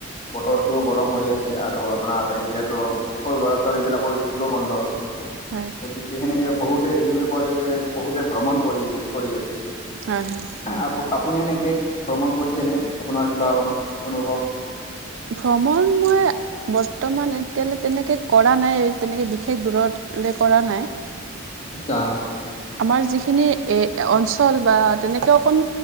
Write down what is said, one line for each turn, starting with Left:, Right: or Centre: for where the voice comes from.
Left: বতৰটোও গৰম হৈ আছে আৰু আপোনাৰ এতিয়াতো সৰু ল'ৰা ছোৱালী বিলাক। ৰ স্কুলো বন্ধ।
Right: হয়।
Left: গতিকে সেনেকে বহুতে দেখিবলৈ পোৱা যায় যে বহুতে ভ্ৰমণ কৰি কৰি আছে।
Right: হয় হয়।
Left: আপ আপুনি সেনেকৈ ভ্ৰমণ কৰিছেনে আপোনাৰ কিবা অনু অনুভৱ।
Right: ভ্ৰমণ মই বৰ্তমান এতিয়ালৈ তেনেকে কৰা নাই তেনেকে বিশেষ দূৰত। লে কৰা নাই।
Left: আচ্ছা।
Right: আমাৰ যিখিনি এ অঞ্চ তেনেকে অকণ